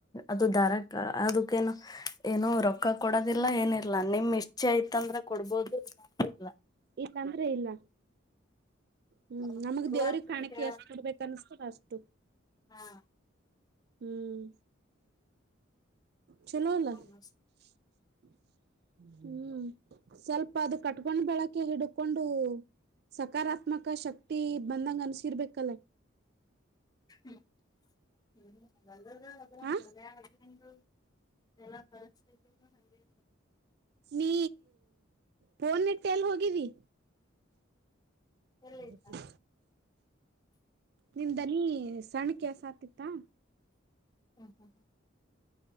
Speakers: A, on the left; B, on the right.
A: ಅದು ದರಕ್ಕ ಅದಕ್ಕೇನು ಏನುೋ ರೊಕ್ಕ ಕೊಡೋದಿಲ್ಲ ಏನಿಲ್ಲ ನಿಮ್ ಇಚ್ೆ ಆಯತ ತಂದ್ರ ಕೊಡ್ಬೋದು. ಇಲ್ಲ.
B: ಈ ತಂದ್ರೆ ಇಲ್ಲ. ಹ್ಮ್
A: ಅವ್ರು
B: ನಮಗ್
A: ಕೊಡುವಂತದ್ದೇ
B: ದೇವ್ರ ಕಾಣಿಕಿ
A: ಹೇಳಲ್ಲ
B: ಎಷ್ಟು ಕೊಡ್ಬೇಕ ಅನ್ಸ್್ತದ ಅಷ್ಟು.
A: ಹಾ
B: ಹ್ಮ್. ಚಲೋಲ್ಲ.
A: ಚಲೋ
B: ಹ.
A: ಮಸ್ತ್
B: ಹ್ಮ್ ಸ್ವಲ್ಪ ಅದು ಕಟ್ಕೊಂಡ್ ಬೆಳಕೆ ಹಿಡ್ಕೊಂಡು ಸಕಾರಾತ್ಮಕ ಶಕ್ತಿ ಬಂದಂಗ ಅನ್ಸಿರ್ಬೇಕಲ್ಲ.
A: ಹ್ಮ್ ಹ್ಮ. ನಲ್ಲದು ಅದ ಮ.
B: ಆ
A: ಎಲ್ಲ ಪರಿಸ್ಥಿತಿ ನಗೆ.
B: ನೀ ಪೋನ್ಟ್ಟ ಎಲ್ ಹೋಗಿದಿ.
A: ಎಲ್ಲಿಲ್ಲ
B: ಹ್ಮ್ಮ್. ನಿಮ್್ದನಿ ಸಣ್ಣ ಕೆಸ ಆತಿತ್ತಾ.
A: ಹ್ಮ ಹ್ಮ ಹ.